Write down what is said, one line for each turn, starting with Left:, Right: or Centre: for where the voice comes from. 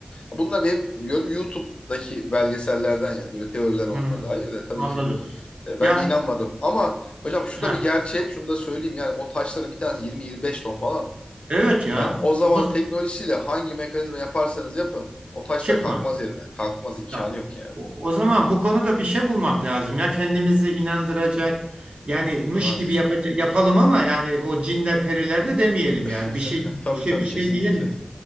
Left: bunlar benim gördüğüm YouTube'daki belgesellerden yani böyle teoriler olduğuna
Right: Hı-hı.
Left: dair de tabii
Right: Anladım.
Left: ki E,
Right: Ya
Left: Ben de inanmadım. Ama hocam şu
Right: ha
Left: da bir gerçek. Şunu da söyleyeyim. Yani o taşların bir tanesi 20-25 ton falan.
Right: evet ya.
Left: Yani o zamanın
Right: Nasıl
Left: teknolojisiyle hangi mekanizma yaparsanız yapın. O taşlar
Right: çıkma.
Left: kalkmaz yerinden. Kalkmaz imkanı
Right: Ya
Left: yok yani.
Right: o, o zaman bu konuda bir şey bulmak lazım ya kendimizi inandıracak. Yani mış
Left: Evet.
Right: gibi yapacak yapalım ama yani o cinler periler de demeyelim
Left: <laughs>
Right: yani. Bir şey
Left: Tabii
Right: bir şey
Left: tabii
Right: bir şey
Left: kesinlikle.
Right: diyelim